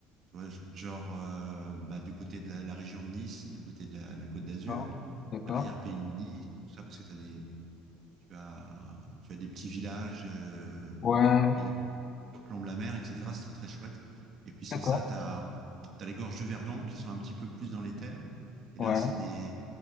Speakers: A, on the right; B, on the left.
A: tu vois, genre euh, bah, du côté de la, la région de Nice, du côté de la, la Côte d'Azur,
B: D'accord, d'accord,
A: l'arrière-pays de Nice, tout ça, parce que t'as des, tu, as, tu as des petits villages euh,
B: ouais,
A: qui, surplombe la mer, etc. C'est très très chouette. Et puis sans
B: d'accord,
A: ça, tu as, les gorges du Verdon qui sont un petit peu plus dans les terres. Et
B: ouais,
A: là, c'est des,